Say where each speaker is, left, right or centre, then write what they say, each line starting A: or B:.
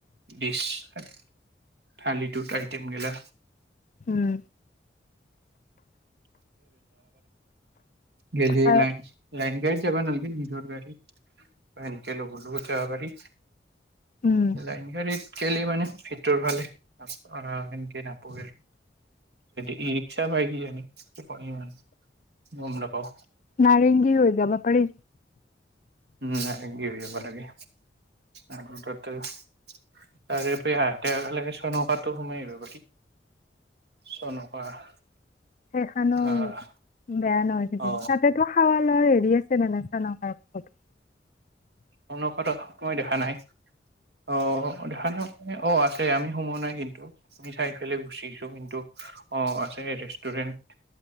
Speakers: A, on the right (about 70°); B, on the left (about 45°).
A: ডিছ <unintelligible> আইটেম গিলা।
B: উম।
A: <unintelligible> <unintelligible> নাই
B: আ-
A: লাইন গাড়ী যাবা নালাগে নিজৰ গাড়ী এনেকে লগৰ লগত যাব পাৰি।
B: উম
A: লাইনগাৰীত খেলি মানে ভিতৰ ফালে অ সেনেকে <unintelligible> আৰু <inaudible> ই ৰিক্সা পাই কিজানি। টোপনি নাই, গম নাপাও।
B: নাৰেংগী হৈ যাব পাৰি।
A: উম, নাৰেংগী হৈ যাব লাগে। আটতে <unintelligible> তাৰেপ হাতেকে চনকাতটো সোমাই আহিব পাৰি চনকা <unintelligible>
B: সেই খানো
A: আহ
B: বেয়া নহয় কিজানি
A: অ
B: তাতে তো খাৱা। এৰি আছে মানে চাংলাং পাৰটো।
A: অ ন কথা কমাই দিয়ক <unintelligible> কথা নাই। অ, দেখা অ আছে আমি সোমোৱা নাই কিন্তু আমি চাইফালে গুচিছো কিন্তু অ আ। ৰেষ্টুৰেণ্ট।